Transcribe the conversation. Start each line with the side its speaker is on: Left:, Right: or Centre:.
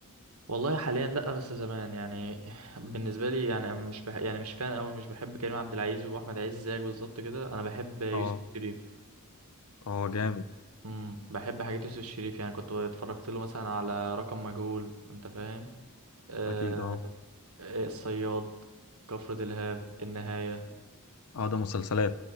Right: والله حاليا لا بس زمان يعني بالنسبه لي يعني انا مش بح... يعني مش فان قوي مش بحب كريم عبد العزيز واحمد عز زيك بالظبط كده انا بحب يوسف
Left: اه
Right: شريف
Left: اه جامد
Right: امم بحب حاجات يوسف شريف يعني كنت اتفرجت له مثلا على رقم مجهول انت فاهم آه...
Left: اكيد اه
Right: آه، الصياد كفر دلهاب النهايه
Left: اه ده مسلسلات